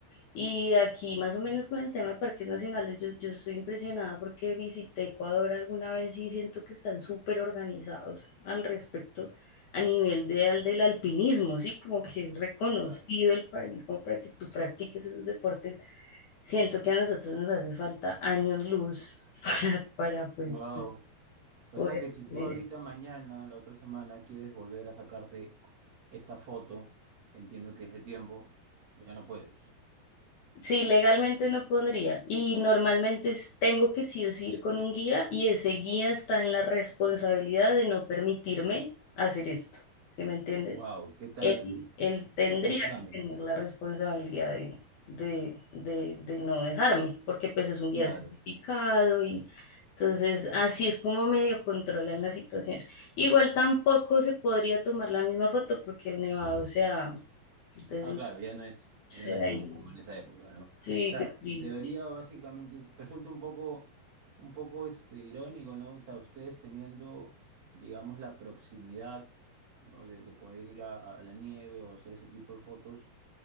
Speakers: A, on the left; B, on the right.
A: Y aquí más o menos con el tema de parques nacionales, yo, yo estoy impresionada porque visité Ecuador alguna vez y siento que están súper organizados al respecto a nivel de, al- del alpinismo, ¿sí? Como que es reconocido
B: claro.
A: el país como para que tú practiques esos deportes. Siento que a nosotros nos hace falta años luz <laughs> para, para pues,
B: Wow. O
A: poder
B: sea que si tú
A: tener
B: ahorita,
A: eso.
B: mañana, la otra semana, quieres volver a sacarte esta foto, entiendo que es de tiempo, ya no puedes.
A: Sí, legalmente no podría. Y normalmente es- tengo que sí o sí ir con un guía y ese guía está en la responsabilidad de no permitirme hacer esto. ¿Sí me entiendes?
B: Wow, ¿qué tal,
A: él, él tendría
B: qué tal trámite?
A: que tener la responsabilidad de, de, de, de no dejarme, porque pues es un guía
B: Claro.
A: certificado y entonces así es como medio controlan la situación. Igual tampoco se podría tomar la misma foto porque el nevado se ha des-
B: Ah, claro, ya no es,
A: se
B: ya no
A: ha
B: es como,
A: ido.
B: como en esa época, ¿no? O
A: Sí,
B: sea,
A: qué triste.
B: en teoría, básicamente, resulta un poco, un poco este, irónico, ¿no? O sea, ustedes teniendo, digamos, la proximidad, ¿no? De, de poder ir a, a la nieve o hacer ese tipo de fotos.